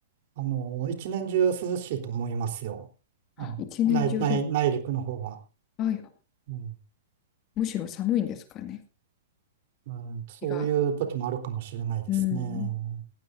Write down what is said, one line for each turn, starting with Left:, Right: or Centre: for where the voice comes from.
Right: あの、一年中涼しいと思いますよ。
Left: あ、
Right: あの、
Left: 一年中です。
Right: 内、内、内陸の方は。
Left: あ、
Right: うん、
Left: むしろ寒いんですかね。
Right: うん、そういう時もあるかもしれないですね。
Left: 日が。うん。